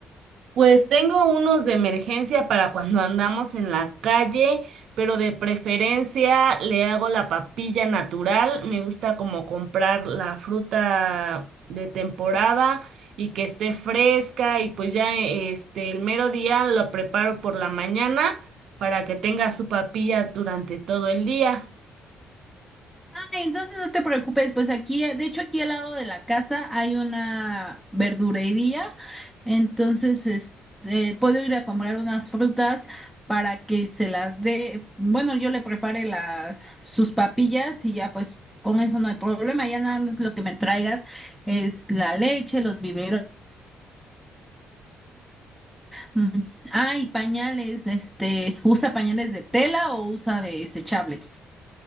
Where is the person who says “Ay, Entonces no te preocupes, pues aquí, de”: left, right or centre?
Centre